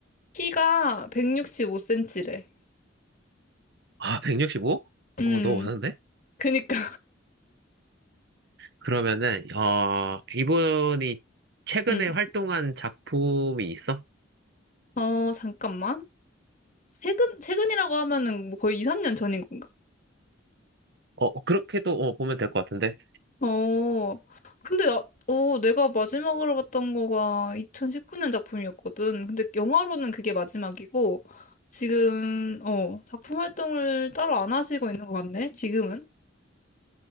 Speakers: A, on the left; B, on the right.
A: 키가 165cm래.
B: 아, <laughs> 165?
A: 음,
B: 어, 너무 많은데?
A: 그니까.
B: 그러면은, 어, 이분이
A: <laughs>
B: 최근에
A: 음.
B: 활동한 작품이 있어?
A: 어, 잠깐만. 최근, 최근이라고 하면은 뭐 거의 2, 3년 전인 건가?
B: 어, 어, 그렇게도 어, 보면 될 것 같은데.
A: 어, 근데 나, 어, 내가 마지막으로 봤던 거가 2019년 작품이었거든. 근데 영화로는 그게 마지막이고, 지금, 어, 작품 활동을 따로 안 하시고 있는 것 같네, 지금은.